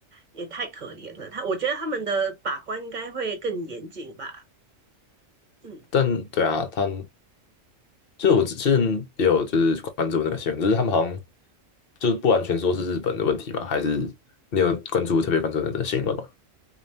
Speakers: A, on the right; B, on the left.
A: 也太可怜了。他我觉得他们的把关应该会更严谨吧。嗯，
B: 但对啊，他就是我之前也有就是关注那个新闻，就是他们好像就是不完全说是日本的问题嘛，还是你有关注特别关注那个新闻吗？